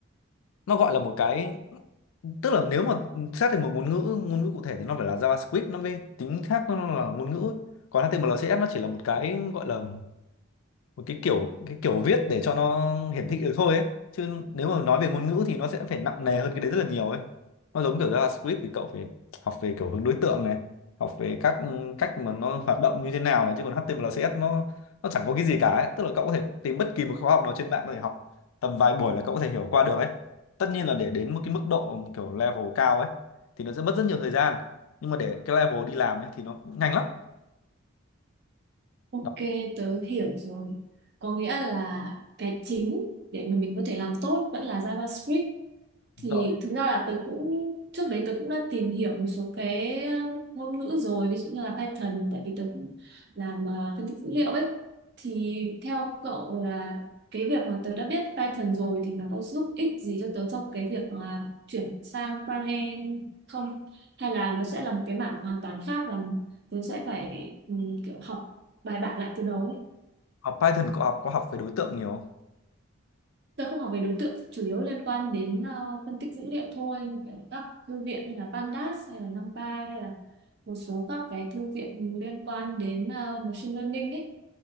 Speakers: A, on the left; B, on the right.
A: nó gọi là một cái tức là nếu mà xét thành một ngôn ngữ ngôn ngữ cụ thể thì nó phải là JavaScript nó mới tính khác nó là ngôn ngữ ấy. còn HTML CSS nó chỉ là một cái gọi là một cái kiểu cái kiểu viết để cho nó hiển thị được thôi ấy chứ nếu mà nói về ngôn ngữ thì nó sẽ phải nặng nề hơn cái đấy rất là nhiều ấy nó giống kiểu JavaScript thì cậu phải học về kiểu hướng đối tượng này học về các cách mà nó hoạt động như thế nào này chứ còn HTML CSS nó nó chẳng có cái gì cả ấy tức là cậu có thể tìm bất kỳ một khóa học nào trên mạng có thể học tầm vài buổi là cậu có thể hiểu qua được ấy tất nhiên là để đến một cái mức độ kiểu level cao ấy thì nó sẽ mất rất nhiều thời gian nhưng mà để cái level đi làm ấy thì nó cũng nhanh lắm
B: ok
A: Đó,
B: tớ hiểu rồi có nghĩa là cái chính để mà mình có thể làm tốt vẫn là JavaScript
A: đúng
B: thì
A: rồi.
B: thực ra là tôi cũng trước đấy tôi cũng đã tìm hiểu một số cái ờ, ngôn ngữ rồi ví dụ như là Python tại vì tôi cũng làm ờ, phân tích dữ liệu ấy thì theo cậu là cái việc mà tôi đã biết Python rồi thì nó có giúp ích gì cho tớ trong cái việc mà chuyển sang frontend không hay là nó sẽ là một cái mảng hoàn toàn khác và tớ sẽ phải ừ, kiểu học bài bản lại từ đầu
A: học Python cậu học có học về đối tượng nhiều không?
B: Tôi không học về đối tượng, chủ yếu liên quan đến ờ, phân tích dữ liệu thôi, như kiểu các thư viện như là Pandas hay là NumPy hay là một số các cái thư viện liên quan đến ờ, machine learning ấy.